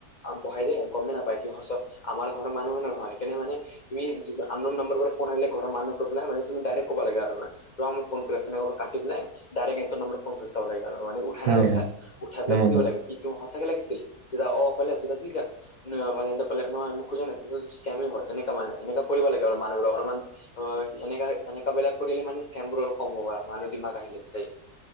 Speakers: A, on the left (about 70°); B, on the right (about 70°).
A: বহাই দিয়ে গমেই নাপায় কি সঁচা, আমাৰ ঘৰৰ মানুহে নহয় সেইকাৰনে মানে আমি আন্নন নম্বৰ পৰা ফোন আহিলে ঘৰ মানুহে পেলাই মানে, তুমি ডাইৰেক্ ক'ব লাগে আৰুাৰ ফোন কৰি আছো কাটি পেলাইৰে্ট এটা নম্বৰ ফোন কৰি চাব লাগে আৰু মানে, উঠাই
B: হয়,
A: নে নুঠাই
B: হয়,
A: উঠাই পেলাক
B: হয়।
A: সুধিব লাগে কি তোমাক সঁচাকে লাগিছিল তেতিয়া অ কলে তেতিয়া দি যাম। মানে এনে কলে নহয় খোজিব নাই স্কেমে হয় মানে এনেকা কৰিব লাগে মানুহৰ অলমান, অ এনেকা এনেকা বিলাক কৰিলে মানে স্কেম বোৰ অলপ কম হ'ব আৰু মানুহ দিমাক আহিলে তাতেই